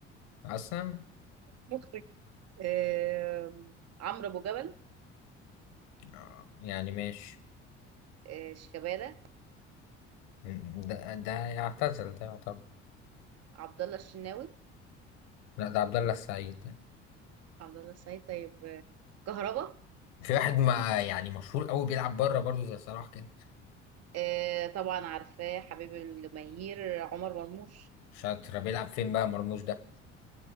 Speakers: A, on the left; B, on the right.
A: أصلا
B: مخرج أه عمرو ابو جبل
A: آه، يعني ماشي
B: أه شيكابالا
A: م- ده ده يعتزل ده يعتبر
B: عبد الله الشناوي
A: لا ده عبد الله السعيد ده
B: عبد الله السعيد طيب آه، كهربا
A: في واحد ما يعني مشهور قوي بيلعب بره برضه زي صلاح كده
B: آه طبعا عارفاه حبيب الجماهير عمر مرموش
A: شاطر بيلعب فين بقى مرموش ده